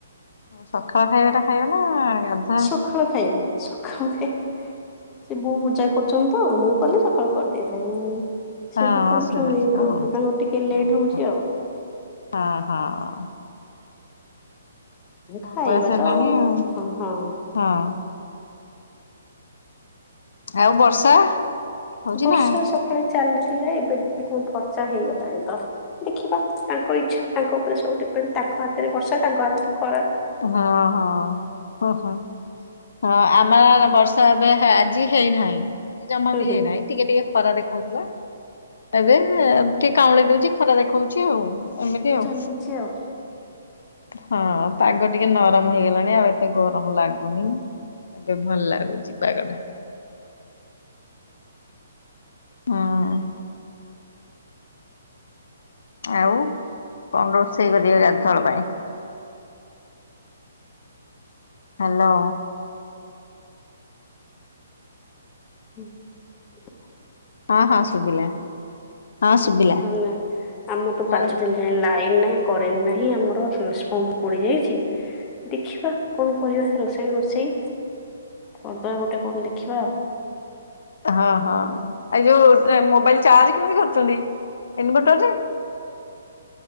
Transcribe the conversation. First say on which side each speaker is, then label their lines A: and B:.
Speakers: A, on the left (about 55°); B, on the left (about 20°).
A: ସକାଳ ଖାଇବା ଟା ଖାଇବା ନା ଗାଧୋ
B: ସକାଳ ଖାଇବା ସକାଳୁ ଖାଇବା ସେ ବୋଉ ପୂଜା କରୁଛନ୍ତି ତ ମୁଁ କଲେ ସକାଳୁ କରିଦେଇଥାଏ, ମୁଁ
A: ହଁ
B: ସେ ଏବେ କରୁଛନ୍ତି
A: ଅସୁବିଧା ଯିବ
B: ତ
A: ହଁ
B: ତାଙ୍କର ଟିକେ
A: ହଁ
B: ଲେଟ୍ ହୋଉଚି
A: ହଁ।
B: ଆଉ।
A: ହଁ, ହଁ।
B: ମୁଁ ଖାଇବା
A: ବୟସ ହେଲାଣି
B: ତ ହଁ,
A: ଆଉ
B: ହଁ।
A: ହଁ। ଆଉ ବର୍ଷା ହଉଛି
B: ବର୍ଷା
A: ନା
B: ସକାଳେ ଚାଲିଥିଲା ଏବେ ଟିକେ କଣ ଫର୍ଚ୍ଛା ହେଇଗଲାଣି ତ। ଦେଖିବା ତାଙ୍କ ଇଚ୍ଛା ତାଙ୍କ ଉପରେ ସବୁ ଡିପେନ୍ ତାଙ୍କ ହାତରେ ବର୍ଷା ତାଙ୍କ ହାତରେ ଖ
A: ହଁ ହଁ ହ ହୋ। ହଁ ଆମର ବର୍ଷା ଏବେ ଆଜି ହେଇନାହିଁ ଆଜି ଜମା
B: ହୁଁ
A: ବି ହେଇନାହିଁ। ଟିକେ ଟିକେ ଖରା ଦେଖାଉଥିଲା, ଏବେ ଟିକେ କାଉଁଳି ଦୋଉଚି ଖରା ଦେଖଉଚି। ଉ ଏମତି
B: ହୁଁ
A: ଆଉ
B: ଚଲେଇଛି ଆଉ
A: ହଁ। ପାଗ ଟିକେ ନରମ ହେଇଗଲାଣି ଆଉ ଏତେ ଗରମ ଲାଗୁନି ଏବେ ଭଲ ଲାଗୁଚି ପାଗ ଟା। ହଁ ହଁ। ଆଉ କଣ ରୋଷେଇ କରିବ ରାତି ପାଇଁ? ହ୍ୟାଲୋ।
B: ହୁଁ।
A: ହଁ ହଁ ଶୁଭିଲା ହଁ ସୁଭିଲା,
B: ନାଇଁ ଆମର ତ ପାଞ୍ଚ
A: ମାନେ
B: ଦିନ ଲାଇନ ନାହିଁ କରେଣ୍ଟ ନାହିଁ ଆମର ଟ୍ରାନ୍ସଫର୍ମର ପଡି ଯାଇଛି ଦେଖିବା। କଣ କରିବା ସେ ରୋଷେଇ ରୋଷେଇ କରିଦବା ଗୋଟେ କଣ ଦେଖିବା ଆଉ।
A: ହଁ ହଁ ଏ ଯୋଉ ମୋବାଇଲ ଚାର୍ଜ କେମିତି କରୁଚନ୍ତି? ଇନଭର୍ଟର ରେ?